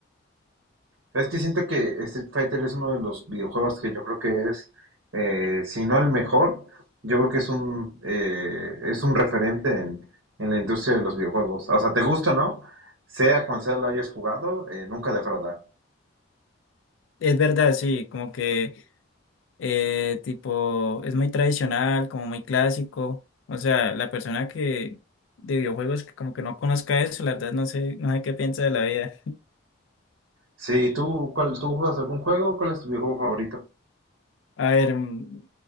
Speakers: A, on the right (about 75°); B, on the left (about 70°).
A: Es que siento que Street Fighter es uno de los videojuegos que yo creo que es, eh, si no el mejor, yo creo que es un, eh, es un referente en, en la industria de los videojuegos. O sea, te gusta, ¿no? Sea cual sea lo hayas jugado, eh, nunca defrauda.
B: Es verdad, sí, como que eh, tipo, es muy tradicional, como muy clásico. O sea, la persona que de videojuegos que como que no conozca eso, la verdad no sé, no sé qué piensa de la vida.
A: Sí, ¿tú, cuál, tú juegas algún juego? ¿Cuál es tu videojuego favorito?
B: A ver, mm,